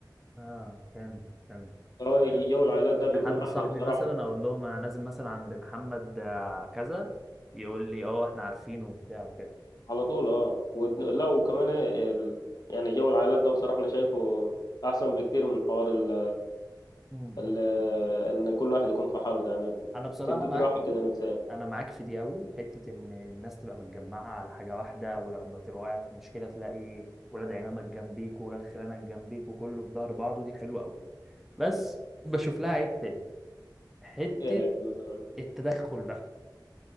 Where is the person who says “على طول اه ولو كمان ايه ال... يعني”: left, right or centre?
Left